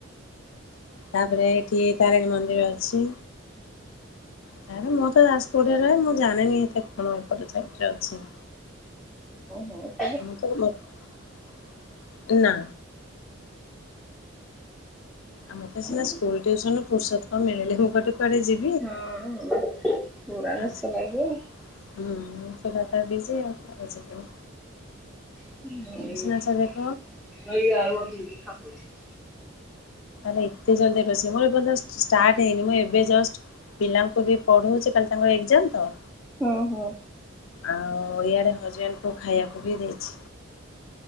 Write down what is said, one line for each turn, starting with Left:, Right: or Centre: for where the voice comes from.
Left: ତାପରେ ଏଠି ତାରିଣୀ ମନ୍ଦିର ଅଛି। ତାହେଲେ ମୁଁ ତ ଜାଜପୋଟରେ ରହ ମୁଁ ଜାଣିନି ଏତେ କଣ ଏପଟେ ସାଇଟରେ ଅଛି?
Centre: ହଁ।
Left: ମତେ ନା। ଆମର ତ ସିନା
Centre: ହୁଁ
Left: ସ୍କୁଲ ଟିଉସନ ରୁ ପୁର୍ଷତ ମିଳିଲେ ମୁଁ କୁଆଡେ ଯି
Centre: ହଁ ହଁ ପୁରା ବେସ୍ତ
Left: ଆଉ ସେ
Centre: ଲାଗେ।
Left: ହୁଁ ସେଟା ତ ଲାଗିଛି କୁଆଡେ ଯିବି?
Centre: <unintelligible>
Left: ଆନ୍ସର ଦେଖ ହେଲେ ଏତେ ଜଲଦି ରୋଷେଇ ମୋର ଏ ଷ୍ଟାଟ ହେଇନି ମୁଁ ଏବେ ଜଷ୍ଟ ପିଲାଙ୍କୁ ବି ପଢଉଛି କାଲି ତାଙ୍କର ଏଜାମ ତ।
Centre: ହଁ ହଁ।
Left: ଆଉ ଇଆଡେ ହଜବେଣ୍ଡ କୁ ଖାଇବାକୁ ଦେଇଛି।